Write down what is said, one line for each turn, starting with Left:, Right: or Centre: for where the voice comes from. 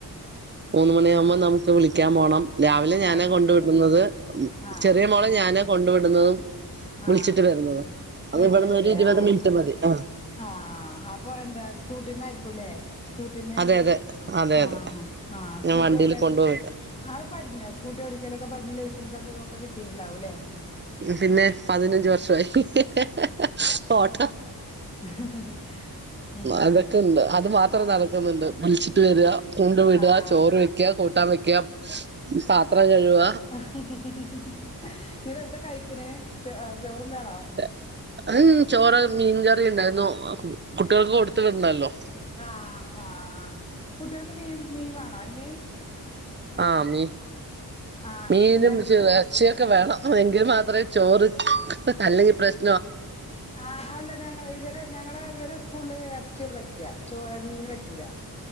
Right: മൂന്ന് മണിയാവുമ്പൊ നമുക്ക് വിളിക്കാംപോണം രാവിലെ ഞാനാ
Left: ആ
Right: കൊണ്ടു വിടുന്നത് മ്
Left: ആ
Right: ചെറിയേ മോളെ ഞാനാ കൊണ്ടു വിടുന്നതും
Left: ആ ആ
Right: വിളിച്ചിട്ട് വരുന്നതും അത്
Left: വരുന്നതല്ലേ
Right: ഇവിടുന്ന് ഒരു ഇരുപത്
Left: ആ
Right: മിൻറ്റ്മതി ആ
Left: ആ അപ്പൊ എന്താ സ്കൂട്ടിമ്മെ ആയിരിക്കൂല്ലേ സ്കൂട്ടിമ്മേ
Right: അതെ അതെ അതെ
Left: ആമ്
Right: അതെ
Left: അ
Right: ഞാൻ
Left: സ്കൂട്ടിഓടി
Right: വണ്ടിൽ കൊണ്ടുപോയില്ല
Left: ആത് പഠിഞ്ഞോ സ്കൂട്ടിഓടിക്കലൊക്കെ പഠിഞ്ഞ് ലൈസൻസൊക്കെ ഒക്കെ കിട്ടീട്ടുണ്ടാവുംല്ലേ
Right: പിന്നെ പതിനഞ്ച് വർ ഷോയി ഹ്ഹ്ഹ്ഹ്ഹ ഓട്ട
Left: ഹ്ഹ് ഹ്മ്
Right: അതൊക്കെ ഉണ്ട് അത് മാത്രം നടക്കുന്നുണ്ട് വിളിച്ചിട്ട് വര്യ കൊണ്ട് വിട്യ
Left: ആഹ്
Right: ചോറ് വെക്ക്യ കൂട്ടാം വെക്ക്യ പാത്രം കഴുവുക
Left: ഹ്‌ഹ്‌ ഹ് ഹ് ഹ് ന്നിട്ടെന്താ കഴിക്ക്ണേ ചോ ചോറ്ന്നാണോ
Right: <inaudible> ചോറ് മീൻകറി ഉണ്ടായിരുന്നു കുട്ടികൾക്ക് കൊടുത്ത് വീട്ണല്ലോ
Left: ആ ആആ് കുട്ടികൾക്ക് മീൻ മീൻ വാണോ അയ്ന്
Right: ആഹ് മീ
Left: ആഹ്
Right: മീനും
Left: ഞങ്ങ
Right: ഇച്ചി എറച്ചിയൊക്കെ വേണം ആ എങ്കിൽ മാത്രേ ചോറ് അല്ലെങ്കി പ്രശ്ന
Left: ആ അല്ല ഞങ്ങളെഇവര് ഞങ്ങളെ ഇവരെ സ്കൂൾല് <unintelligible> പറ്റ്യ ചോ ഏ മീന് പറ്റൂല